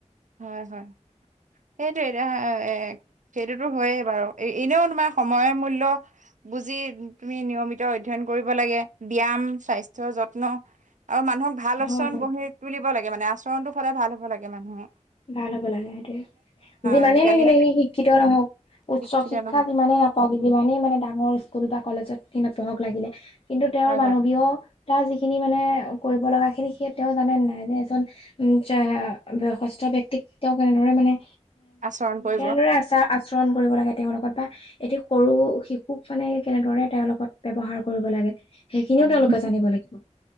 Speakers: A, on the right; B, on the left.
A: হয়, হয়। সেইটো এতিয়া, এ' সেইটোটো হয়য়েই বাৰু। এনেও তোমাৰ সময় মূল্য বুজি তুমি নিয়মিত অধ্যয়ন কৰিব লাগে। ব্যায়ায়াম স্বাস্থ্যয়ৰ যত্ন। আৰু মানুহক ভাল
B: হয়
A: আচৰণ
B: হয়
A: গঢ়ি তুলিব লাগে, মানে আচৰণটোৰ সদায় ভাল হ'ব লাগে মানুহৰ।
B: ভাল হব লাগে সেইটোৱে। যিমানেই
A: আজিকালি
B: লাগিলে সি শিক্ষিত নহওক, উচ্চ
A: শিক্ষিত
B: শিক্ষা
A: নহয়
B: যিমানে নাপ যিমানেই মানে ডাঙৰ স্কুল বা কলেজত নপঢ়ক লাগিলে, কিন্তু তেওঁৰ
A: হয়
B: মানৱীয়
A: হয়
B: তেওঁৰ যিখিনি মানে কৰিব লগা খিনি, সেই তেওঁ জানে নে নাই যে, এজন উ' বয়সস্থ ব্যয়ক্তিক তেওঁ কেনেদৰে মানে এ,
A: আচৰণ কৰিব
B: কেনেদৰে আচাৰ- আচৰণ কৰিব লাগে, তেওঁৰ লগত বা এটি সৰু শিশুক মানে, কেনেদৰে তেওঁৰ লগত ব্যৱহাৰ কৰিব লাগে। সেইখিনিও
A: হয়
B: তেওঁলোকে
A: হয়
B: জানিব লাগিব।